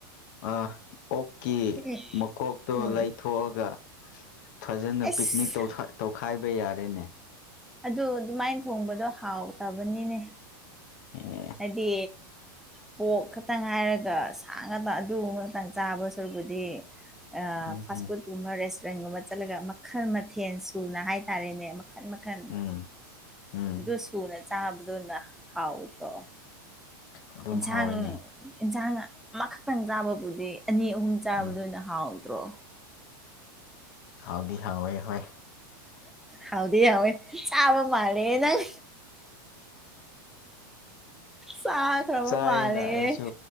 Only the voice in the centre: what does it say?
ꯎꯝ
ꯎꯝ
ꯑꯁ
ꯑꯗꯨ ꯑꯗꯨꯃꯥꯏꯟ ꯊꯣꯡꯕꯗꯣ ꯍꯥꯎꯇꯕꯅꯤꯅꯦ
ꯍꯥꯏꯗꯤ ꯄꯣꯛ ꯈꯛꯇꯪ ꯍꯥꯏꯔꯒ ꯁꯥ ꯉꯥꯇ ꯑꯗꯨꯒꯨꯝꯕꯇꯪ ꯆꯥꯕ ꯁꯔꯨꯛꯄꯨꯗꯤ ꯗꯤ ꯑ
ꯐꯥꯁ
ꯐꯨꯗ ꯇꯨꯃꯔ ꯔꯦꯁꯇꯨꯔꯦꯟꯒꯨꯝꯕ ꯆꯠꯂꯒ ꯃꯈꯜ ꯃꯊꯦꯜ ꯁꯨꯅ ꯍꯥꯏꯇꯥꯔꯦꯅꯦ ꯃꯈꯟ ꯃꯈꯟ
ꯑꯗꯨ ꯁꯨꯅ ꯆꯥꯕꯗꯨꯅ ꯍꯥꯎꯇ꯭ꯔꯣ
ꯏꯟꯁꯥꯡ
ꯏꯟꯁꯥꯡ ꯑꯃꯈꯛꯇꯪ ꯆꯥꯕ ꯕꯨꯗꯤ ꯑꯅꯤ ꯑꯍꯨꯝ ꯆꯥꯕꯗꯨꯅ
ꯍꯥꯎꯇ꯭ꯔꯣ
ꯍꯧꯎꯗꯤ ꯍꯥꯎꯋꯦ ꯑꯗꯨꯝ ꯆꯥꯕ ꯃꯥꯜꯂꯦ ꯅꯪ ꯆꯥꯈ꯭ꯔꯕ
ꯃꯥꯜꯂꯦ